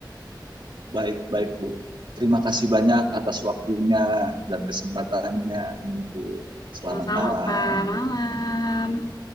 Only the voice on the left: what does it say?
Sama-sama,
Pak. Malam.